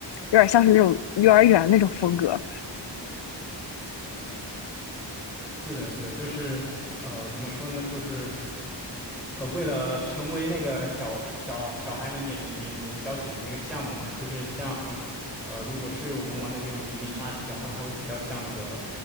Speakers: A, on the left; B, in the centre.
A: 有点像是那种幼儿园那种风格。
B: 是的，是的，就是呃，怎么说呢，就是呃，为了成为那个小小小孩们也能也能消遣的这个项目嘛，就是像，呃，如果是我们玩的这种黎明杀机的话，它会比较像那个，